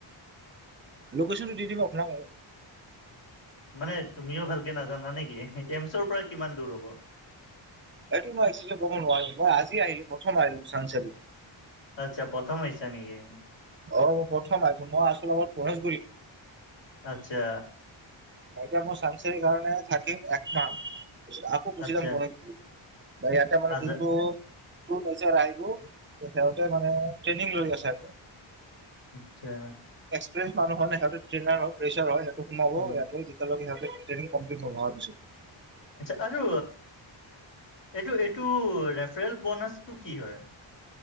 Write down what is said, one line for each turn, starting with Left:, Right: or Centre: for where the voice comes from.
Right: লোকেশ্যন টো দি দিম আপোনাক বাও
Left: মানে তুমিও ভালকে নাজানা নেকি এমচৰপৰা কিমান দূৰ হ'ব?
Right: এইটো মই এক্সেলি কব নোৱাৰো মই আজি আহিলো প্ৰথম আহিলো চানচাৰিত
Left: আচ্ছা প্ৰথম আহিছা নেকি?
Right: অ মই প্ৰথম আহিছো মই আছিলো আগত পৰেশগুৰিত
Left: আচ্ছা
Right: এটা মোৰ চানসাৰীৰ কাৰণে থাকিম এক মাহ আকৌ গুছি
Left: আচ্ছা
Right: যাম গণেশগুৰিত বা ইয়াতে মানে
Left: আজা
Right: কিন্তু টো হৈছে ৰাইবো সিহঁতে মানে ট্ৰেনিং লৈ আছে আগত
Left: আচ্ছা
Right: প্ৰেচ মানুহ হ'লে সেতো ট্ৰেইনাৰ হয় প্ৰেচাৰ হয় ত সোমাব
Left: উম
Right: এয়াত দিব লাগে আৰু ট্ৰেনিং কমপ্লিট হোৱা পাছত
Left: আচছা আৰু এইটো এইটো ৰেফাৰেল বনাছ টো কি হয়